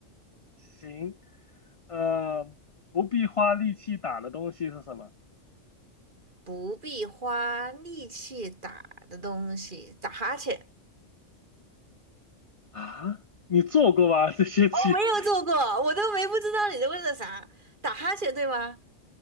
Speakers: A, on the left (about 60°); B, on the right (about 40°).
A: 行，呃，不必花力气打的东西是什么
B: 不必花力气打的东西，打哈欠。
A: 啊？你做过吧？<laughs> 这些题，
B: 我没有做过，我都没不知道你在问的啥，打哈欠对吗？